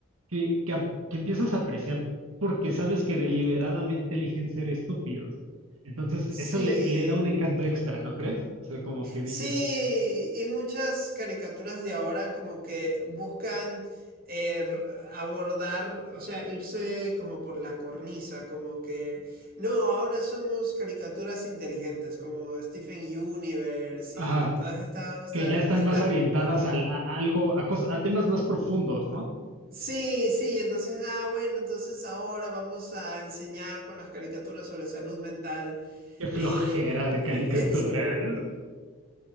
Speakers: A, on the right; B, on the right.
A: que, que, ap- que empiezas a apreciar porque sabes que deliberadamente eligen ser estúpidos. Entonces,
B: sí.
A: eso le, le da un encanto extra, ¿no crees? O sea, como que dices,
B: Sí, y muchas caricaturas de ahora como que buscan eh, r- abordar, o sea, irse como por la cornisa, como que, no, ahora somos caricaturas inteligentes, como Stephen Universe
A: ajá,
B: y todas estas, esta-
A: que ya están
B: estas,
A: más orientadas al- a, a algo, a, cosas a temas más profundos, ¿no?
B: sí, sí, entonces, ah, bueno, entonces ahora vamos a enseñar con las caricaturas sobre salud mental.
A: Qué flojera
B: y
A: de caricaturas.
B: <laughs>